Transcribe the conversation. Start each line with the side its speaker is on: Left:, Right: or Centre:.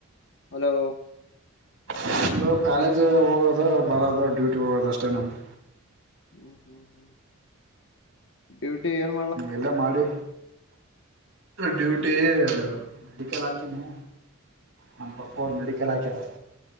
Left: ಹಲೋ
Right: ನಮ್ಮದು ಕಾಲೇಜ್ ಹೋಗೋದು ಬರದು ಡ್ಯೂಟಿ ಹೋಗೋದ ಅಷ್ಟೇ ನಮ್ದ
Left: ಹ್ಮ್ ಹ್ಮ್ ಹ್ಮ್ ಡ್ಯೂಟಿ ಏನು
Right: ಎಲ್ಲ ಮಾಡಿ ಡ್ಯೂಟಿ ಮೆಡಿಕಲ್ ಹಾಕಿನಿ ನಮ್ಮ್ ಪಪ್ಪ ಅವ್ರ ಮೆಡಿಕಲ್ ಹಾಕ್ಯಾರ <inaudible>